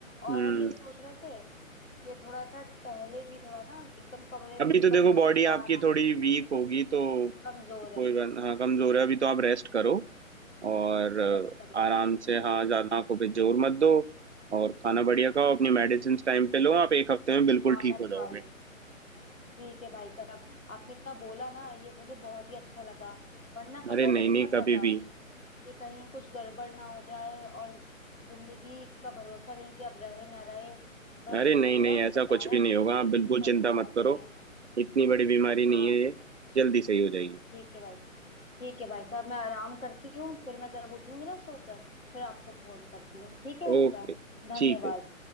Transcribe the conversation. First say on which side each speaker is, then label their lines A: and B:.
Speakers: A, on the left; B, on the right.
A: और
B: हम्म
A: हम ये सोच रहे थे कि थोड़ा सा टहले भी थोड़ा ना एकदम कमरे में
B: अभी
A: भी
B: तो
A: बंद
B: देखो
A: ना
B: बॉडी
A: रहे थोड़ा
B: आपकी
A: ना
B: थोड़ी वीक होगी तो
A: कमजोर है
B: कोई बात हाँ कमजोर है अभी तो आप रेस्ट करो और अ,
A: रेस्ट करो
B: आराम से हाँ ज्यादा आंखों पे जोर मत दो और खाना बढ़िया खाओ अपनी मेडिसिन टाइम पे लो आप एक हफ्ते में बिल्कुल
A: हाँ
B: ठीक
A: मैं
B: हो
A: खा
B: जाओगे
A: रही हूँ ठीक है भाई साहब आपने इतना बोला ना ये मुझे बहुत ही अच्छा लगा वरना पता
B: अरे
A: है
B: नहीं
A: कैसा
B: नहीं
A: लग
B: कभी
A: रहा था
B: भी
A: कि कहीं कुछ गड़बड़ ना हो जाए और जिंदगी का भरोसा नहीं कि अब रहे ना रहे पर आपने
B: अरे नहीं
A: बोला
B: नहीं ऐसा
A: बताया
B: कुछ भी नहीं
A: कि
B: होगा
A: इतनी
B: आप बिल्कुल
A: दिक्कत
B: चिंता
A: की बात
B: मत करो
A: नहीं है
B: इतनी बड़ी बीमारी नहीं
A: हाँ
B: है ये जल्दी सही हो जाएगी
A: ठीक है भाई साहब ठीक है भाई साहब मैं आराम करती हूँ फिर मैं जब उठूंगी ना सोकर फिर आपको फोन करती हूँ ठीक है भाई
B: ओके
A: साहब धन्यवाद
B: ठीक है